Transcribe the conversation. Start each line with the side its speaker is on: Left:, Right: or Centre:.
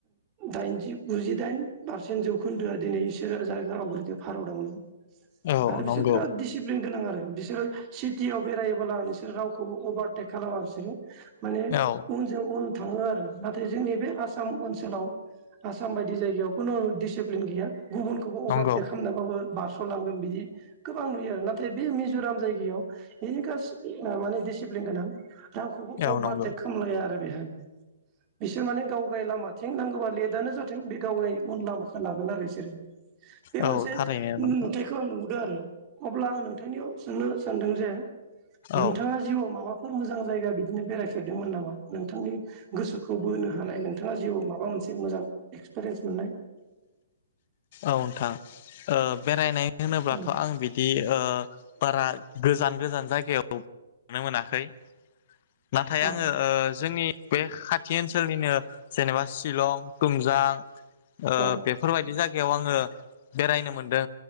Right: दाइनजि गुजिदाइन पारसेन्ट जौखोन्दोआ दिनै इसोरो जाया आवग्रिदो भारतआवनो।
Left: औ
Right: आरो बिसोर
Left: नंगौ
Right: बिराद दिसिप्लिन गोनां आर बिस बिसोरो सिटियाव बेरायोबोब्ला नोंसोर रावखौबो अभारटेक खालामा बिसोरो माने
Left: औ
Right: उनजों उन थाङो आरो नाथाय जोंनि बे आसाम ओनसोलाव आसाम बायदि जायगायाव खुनु डिसिप्लिन गैया। गुबुनखौबो अभारटेक
Left: नंगौ
Right: खालामनाबाबो बास स'लांगोन बिदि गोबां नुयो आरो नाथाय बे मिज'राम जायगायाव एनि कासट ओ माने डिसिप्लिन गोनां। रावखौबो
Left: औ
Right: अभारटेक
Left: नंगौ
Right: खालामलाया आरो बेहाय बिसोर माने गावगाय लामाथिं नांगोबा लेटानो जाथों बे गावाय उन लामाखौ लागोन आरो बिसोरो। बे
Left: औ
Right: मोनसे
Left: थारैनो नोंथां
Right: नुथायखौ आं नुबो गोन अब्ला आं नोंथांनियाव सोंनो सानदों जे
Left: औ
Right: नोंथाङा जिउआव मावबाफ बफोर मोजां जायगा बिदिनो बेरायफेरदोंमोन नामा नोंथांनि गोसोखौ बोनो हानाय नोंथाङा जिउआव माबा मोनसे मोजां एक्सपिरियेन्स मोननाय।
Left: औ नोंथां ओ बेरायनाय होनोब्लाथ'
Right: औ
Left: आं बिदि ओ बारा गोजान गोजान जायगायाव नुनो मोनाखै। नाथाय
Right: औ
Left: आङो ओ जोंनि बे खाथि ओनसोलनिनो जेनेबा शिलं तुमजां ओ
Right: औ
Left: बेफोरबायदि जायग ङो बेरायनो मोनदों